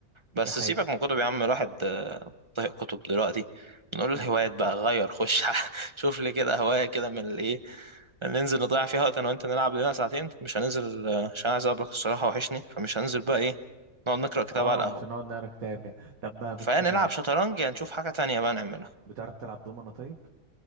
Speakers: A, on the right; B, on the right.
A: دي
B: بس
A: حقيقه
B: سيبك من كتب يا عم الواحد آه، طهق كتب دلوقتي نقول الهوايات
A: م.
B: بقى غير خش <laughs> شوف لي كده هواية كده من الايه ننزل نضيع فيها وقت انا وانت نلعب لنا ساعتين مش هننزل آه، عشان عايز اقابلك الصراحة وحشني فمش هننزل بقى ايه نقعد نقرأ كتاب
A: اه
B: على
A: مش
B: القهوة
A: هنقعد نقرا كتاب يعني. طب بقى بتح...
B: فنلعب شطرنج يا نشوف حاجة تانية بقى نعملها
A: بتعرف تلعب دومنة طيب